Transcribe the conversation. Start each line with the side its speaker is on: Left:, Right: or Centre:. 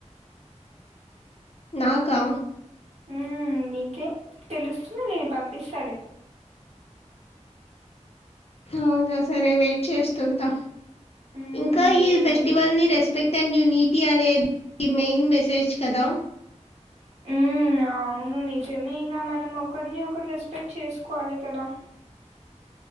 Left: నాకా
Right: ఉమ్మ్ నీకే తెలుస్తుందిలే పంపిస్తాలే
Left: అవునా సరే వెయిట్ చేస్తుంటా
Right: మ్మ్
Left: ఇంకా ఈ ఫెస్టివల్ని రెస్పెక్ట్ అండ్ యూనిటీ అనే మెయిన్ మెసేజ్ కదా
Right: ఉమ్మ్ మ్మ్ అవును నిజమే ఇంగ మనం ఒకరిని ఒకరు రెస్పెక్ట్ చేసుకోవాలి కదా